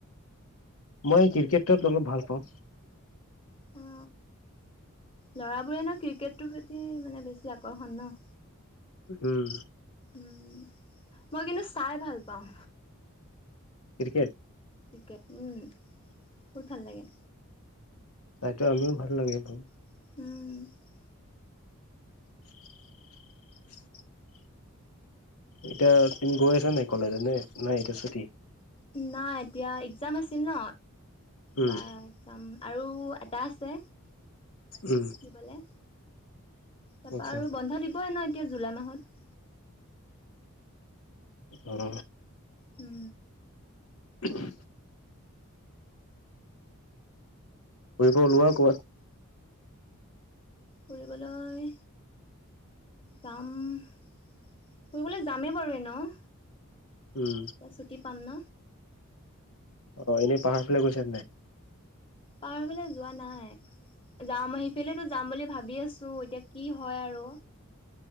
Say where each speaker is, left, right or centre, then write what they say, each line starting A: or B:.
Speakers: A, on the left; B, on the left.
A: মই ক্ৰিকেটত অলপ ভাল পাওঁ।
B: অ লৰাবোৰেনো ক্ৰিকেটৰ প্ৰতি মানে বেছি আকৰ্ষণ ন
A: উম
B: উম মই কিন্তু চাই ভাল পাওঁ।
A: ক্ৰিকেট
B: ক্ৰিকেট উম বহুত ভাল লাগে।
A: তাইতো আমিও ভাল লাগে মো
B: উম
A: <inaudible> এতিয়া তুমি গৈ আছা নাই কলেজলে নাই এতিয়া ছুটি
B: নাই এতিয়া এক্সম আছিল ন
A: উম
B: পা এক্সাম আৰু এটা আছে
A: উম
B: দিবলে। তাপা
A: আচ্ছা
B: আৰু বন্ধ দিবইে ন এতিয়া জুলাই মাহত
A: উম
B: উম
A: উম ফুৰিব ওলোৱা কবাত
B: ফুৰিবলৈ যাম ফুৰিবলে যামেই বাৰু এনেও
A: উম
B: এতিয়া ছুটি পাম ন
A: অ এনেই পাহাৰ ফালে গৈছা নাই?
B: পাহাৰ ফালে যোৱা নাই। যাম আহিফালো যাম বুলি ভাবি আছো এতিয়া কি হয় আৰু